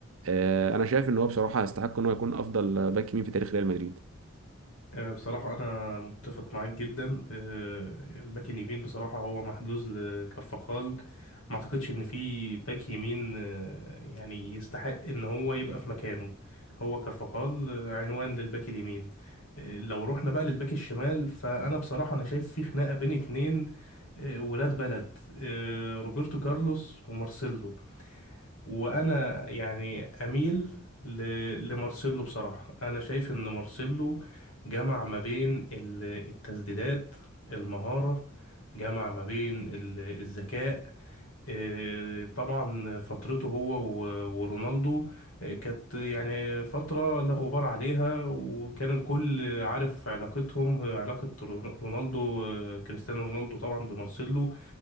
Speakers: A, on the right; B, on the left.
A: آه، انا شايف ان هو بصراحه يستحق ان هو يكون افضل باك يمين في تاريخ ريال مدريد
B: آه، بصراحة أنا متفق معاك جدا آه، الباك اليمين بصراحة هو محجوز لكارفاخال ما أعتقدش إن في باك يمين آه، يعني يستحق إن هو يبقى في مكانه هو كارفاخال آه، عنوان للباك اليمين آه، لو رحنا بقى للباك الشمال فأنا بصراحة أنا شايف في خناقة بين اتنين آه، ولاد بلد آه، روبرتو كارلوس ومارسيلو وانا يعني اميل ل... لمارسيلو بصراحة انا شايف ان مارسيلو جمع ما بين ال- التسديدات المهارة جمع ما بين ال- الذكاء آه، طبعا فترته هو و- ورونالدو آه، كانت يعني فترة لا غبار عليها وكان الكل عارف علاقتهم آه، علاقة رون- رونالدو آه، كريستيانو رونالدو طبعا بمارسيلو